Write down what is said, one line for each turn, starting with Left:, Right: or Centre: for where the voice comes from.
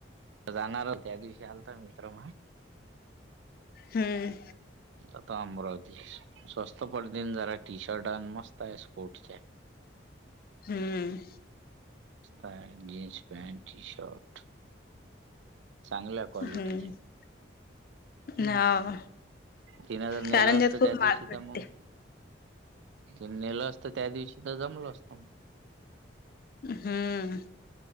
Right: जाणार होत्या दिवशी आलता मित्र मा
Left: हम्म.
Right: आता अमरावती स्वस्त पडतीन जरा टी शर्ट आणि मस्त आहे स्पोर्टसच्या.
Left: हम्म.
Right: स्ता जीन्स, पँट, टी-शर्ट चांगल्या क्वालिटीचे
Left: हम्म
Right: हम्म.
Left: हा
Right: तीन हजार नेलं
Left: कारंजात
Right: असतं
Left: खूप
Right: त्या दिवशी
Left: महाग
Right: का
Left: भेटते
Right: मंग. तेन नेलं असतं त्या दिवशी तर जमलं असतं.
Left: हम्म.